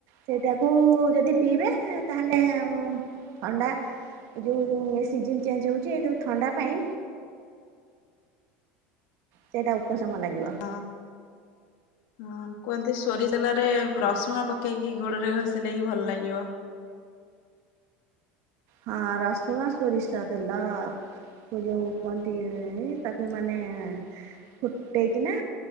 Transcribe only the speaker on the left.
ହଁ। ହଁ କୁହନ୍ତି ସୋରିଷ୍ ତେଲରେ ରସୁଣ ପକେଇକି ଗୋଡ ରେ ଘଷିଲେ ହି ଭଲ ଲାଗିବ।